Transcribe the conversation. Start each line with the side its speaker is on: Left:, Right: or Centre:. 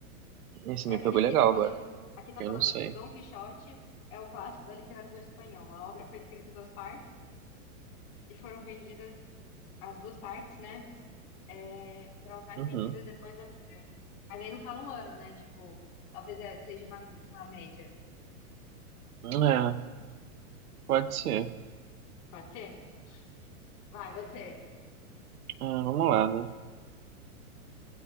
Right: Você
Left: É
Right: me
Left: porque
Right: pegou
Left: aqui
Right: legal
Left: tá falando,
Right: agora.
Left: aqui tá
Right: Eu
Left: falando,
Right: não sei.
Left: tipo, Dom Quixote é o clássico da literatura espanhola. A obra foi escrita em duas partes e foram vendidas as duas partes, né? é, foram as mais
Right: Uhum.
Left: vendidas depois da Bíblia. Mas aí não fala um ano, né? Tipo, talvez é- seja uma, uma média.
Right: É, pode ser.
Left: Pode ser? Vai, você.
Right: Ah, vamos lá, né?